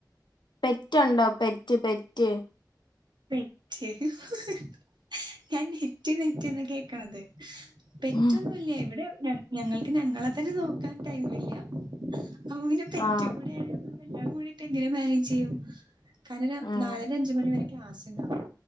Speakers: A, on the left; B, on the right.
A: പെറ്റുണ്ടോ പെറ്റ് പെറ്റ്
B: പെറ്റ് ഹ് ഹ് ഹ് ഞാൻ നെറ്റ് നെറ്റ്ന്ന കേക്കണത് പെറ്റൊന്നുല്ല്യ
A: ഉം.
B: ഇവിടെ ഞ ഞങ്ങൾക്ക് ഞങ്ങളെ തന്നെ നോക്കാൻ ടൈമില്ല്യ അപ്പോ പിന്നെ പെറ്റ്
A: ആ
B: കൂടി ആ യാ എല്ലാം കൂടീട്ട് എങ്ങനെ മാനേജ് ചെയ്യും <unintelligible>
A: ഉം
B: നാലര അഞ്ച് മണി വരെ ക്ലാസ് ഇണ്ടാവും